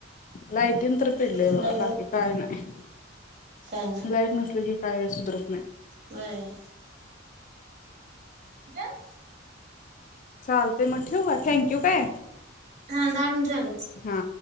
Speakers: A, on the left; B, on the right.
A: लायटिन तर पिडलय
B: जात्या
A: बघा.
B: लाईट
A: बाकी काय नाही,
B: काय
A: लाईट नसले की काय सुधरत नाही.
B: व्हय. <unintelligible>
A: चालते मग ठेवू का थँंक्यू काय.
B: हम्म दहा मिनिटे झाले.
A: हा.